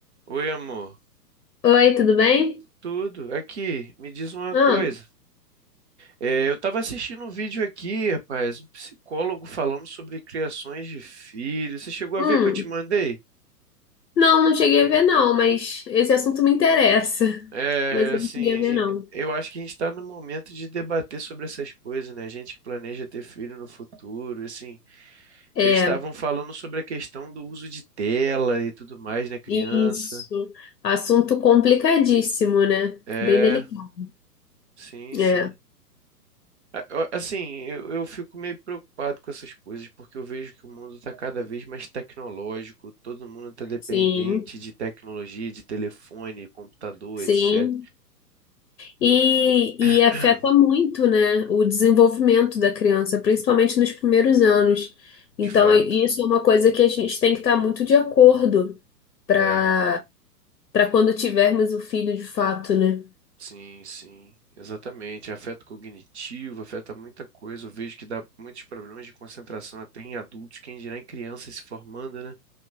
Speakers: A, on the right; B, on the left.
A: Oi, amor.
B: Oi, tudo bem?
A: Tudo? Aqui, me diz uma
B: Ah,
A: coisa. É, eu estava assistindo um vídeo aqui, rapaz, um psicólogo falando sobre criações de filhos. Você chegou a
B: hum.
A: ver que eu te mandei?
B: Não, não cheguei a ver não, mas esse assunto me interessa. <laughs>
A: É,
B: Mas eu
A: assim,
B: não cheguei a ver
A: a gen-
B: não.
A: eu acho que a gente está no momento de debater sobre essas coisas, né? Gente que planeja ter filho no futuro, assim.
B: É,
A: Eles estavam falando sobre a questão do uso de tela e tudo mais na criança.
B: isso. Assunto complicadíssimo, né?
A: É,
B: Bem delicado.
A: sim, sim.
B: É,
A: A- eu- Assim, eu, eu fico meio preocupado com essas coisas, porque eu vejo que o mundo está cada vez mais tecnológico, todo mundo está dependente
B: sim,
A: de tecnologia, de telefone, computador,
B: sim.
A: etc.
B: E,
A: <clears throat>
B: e afeta muito, né, o desenvolvimento da criança, principalmente nos primeiros anos. Então,
A: De fato.
B: é, isso é uma coisa que a gente tem que estar muito de acordo para
A: É,
B: para quando tivermos o filho de fato, né?
A: sim, sim, exatamente. Afeto cognitivo, afeta muita coisa. Eu vejo que dá muitos problemas de concentração até em adultos, quem dirá em crianças se formando, né?